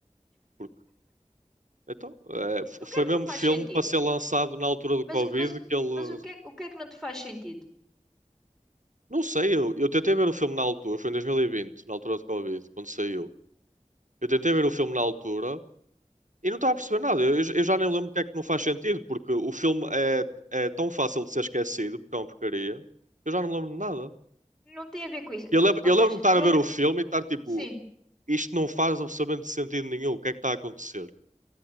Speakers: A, on the right (about 85°); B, in the centre.
A: Porque Então, eh, f-
B: O
A: foi
B: que é que
A: mesmo
B: não faz
A: filme
B: sentido?
A: para ser lançado na altura do
B: Mas,
A: Covid
B: mas,
A: que ele.
B: mas o que é, o que é que não te faz sentido?
A: Não sei, eu, eu tentei ver o filme na altura, foi em 2020, na altura do Covid, quando saiu. Eu tentei ver o filme na altura e não estava a perceber nada. Eu, eu já nem lembro o que é que não faz sentido, porque o filme é, é tão fácil de ser esquecido, porque é uma porcaria. que Eu já não lembro de nada.
B: Não tem a ver com isso.
A: Eu lembro,
B: Ou
A: eu
B: seja,
A: lembro-me de estar
B: eu.
A: a ver o filme e estar tipo,
B: Sim,
A: isto não faz absolutamente sentido nenhum, o que é que está a acontecer?